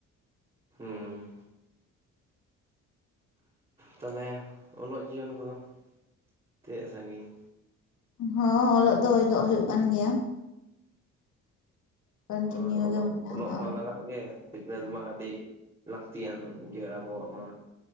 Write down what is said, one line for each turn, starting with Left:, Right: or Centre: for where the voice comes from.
Right: ᱦᱩᱸ ᱛᱟᱞᱦᱮ ᱚᱞᱚᱜ ᱡᱤᱭᱚᱱ ᱠᱚᱫᱚ ᱛᱤᱱᱟᱹᱜ ᱥᱟᱺᱜᱤᱧ?
Left: ᱦᱚᱸ ᱚᱞᱚᱜ ᱫᱚ ᱚᱞᱚᱜ ᱦᱩᱭᱩᱜ ᱠᱟᱱ ᱜᱮᱭᱟ ᱾ ᱠᱚᱱᱴᱤᱱᱤᱭᱩ
Right: ᱚ ᱦᱳᱭ ᱚᱞᱚᱜ
Left: ᱜᱮ ᱢᱮᱱᱟᱜᱼᱟ
Right: ᱚᱞᱚᱜ ᱢᱟ ᱞᱟᱜᱟᱜ ᱜᱮ ᱾ ᱥᱤᱠᱷᱱᱟᱹᱛ ᱢᱟ ᱟᱹᱰᱤ ᱞᱟᱹᱠᱛᱤᱭᱟᱱ ᱜᱮ ᱟᱵᱚᱣᱟᱜ ᱢᱟ ᱾